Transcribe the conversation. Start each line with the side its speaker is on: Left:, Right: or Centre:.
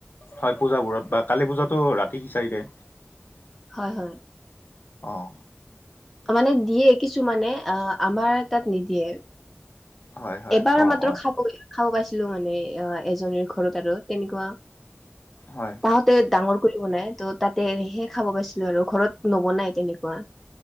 Left: হয়। পূজাবোৰত বা কালী পূজাটো ৰাতি সিচাৰি দে।
Centre: হয়-হয়।
Left: অ',
Centre: মানে দিয়ে কিছু মানে অ, আমাৰ তাত নিদিয়ে।
Left: হয় হয়
Centre: এবাৰ
Left: অঁ
Centre: মাত্ৰ
Left: অঁ
Centre: খাব খাব পাইছিলো, মানে এ এজনীৰ ঘৰত আৰু তেনেকুৱা।
Left: হয়।
Centre: তাহতে ডাঙৰ কৰি বনাই। ত তাতেহে খাব পাইছিলো আৰু ঘৰত নবনাই তেনেকুৱা।